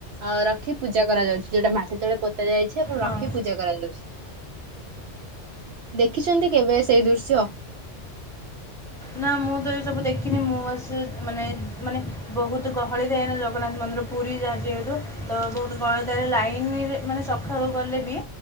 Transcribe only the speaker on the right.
ଅ ରଖି ପୂଜା କରାଯାଉଛି, ଯୋଉଟା ମାଟି ତଳେ ପୋ ଯାଇଛି, ଆଉ ପୁଣି
ରଖି ପୂଜା କରାଯାଉଛି। ଦେଖିଛନ୍ତି କେବେ ସେଇ ଦୃଶ୍ୟ?